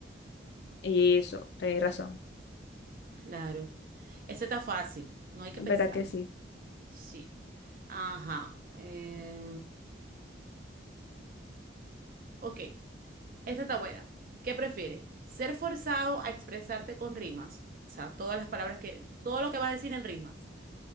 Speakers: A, on the left; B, on the right.
A: Eso, tenés razón.
B: Claro. Eso está fácil, no hay que
A: En
B: pensarlo.
A: verdad que sí.
B: Sí. Ajá. eh, ok, esta está buena. ¿Qué prefieres? ¿Ser forzado a expresarte con rimas? O sea, todas las palabras que, todo lo que vas a decir en rimas